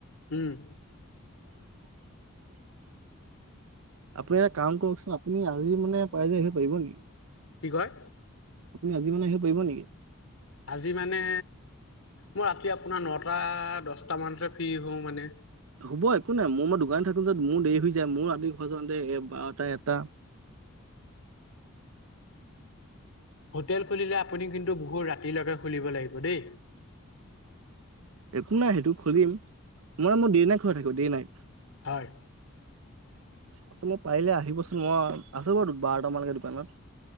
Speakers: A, on the left; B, on the right.
A: উম'
B: উ <inaudible> আপুনি এটা কাম কৰকচোন। আপুনি আজি মানে পাৰিলে আহিব পাৰিব নেকি?
A: কি কয়?
B: আপুনি আজি মানে আহিব পাৰিব নেকি?
A: আজি মানে, মই ৰাতি আপোনাৰ নটা, দহটা মানতে ফ্ৰী হওঁ মানে।
B: হ'ব একো নাই। মোৰ মই দোকান থাকোম যত মোৰ দেৰি হৈ যায়। মোৰ ৰাতি ঘৰ যওঁতে বাৰটা, এটা
A: হোটেল খুলিলে আপুনি কিন্তু বহুত ৰাতিলৈকে খুলিব লাগিব দেই।
B: একো নাই সেইটো খুলিম। নহয় মোৰ দে-নাইট খোলা থাকিব দে-নাইট।
A: হয়।
B: আপুনি পাৰিলে আহিবচোন। মই আছো বাৰু বাৰটা মানলে দোকানত।